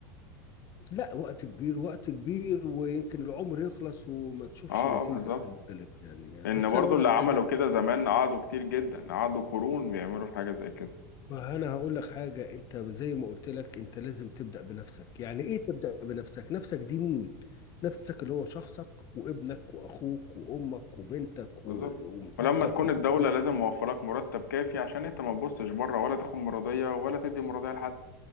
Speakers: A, on the left; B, on the left.
A: لا وقت كبير وقت كبير ويمكن العمر يخلص وما تشوفش
B: اه
A: نتيجه
B: آه، بالظبط
A: خلي بالك يعني
B: لان
A: بس
B: برضو
A: انا اقول
B: اللي
A: لك
B: عملوا
A: حاجه
B: كده زمان قعدوا كتير جدا قعدوا قرون بيعملوا حاجه زي كده
A: ما انا هقول لك حاجه انت زي ما قلت لك انت لازم تبدا بنفسك يعني ايه تبدا بنفسك نفسك دي مين نفسك اللي هو شخصك وابنك واخوك وامك وبنتك
B: بالظبط
A: و- ومراتك
B: ولما تكون
A: واخد
B: الدوله
A: بالك؟
B: لازم موفرك مرتب كافي عشان انت ما تبصش بره ولا تاخد مرضيه ولا تدي مرضيه لحد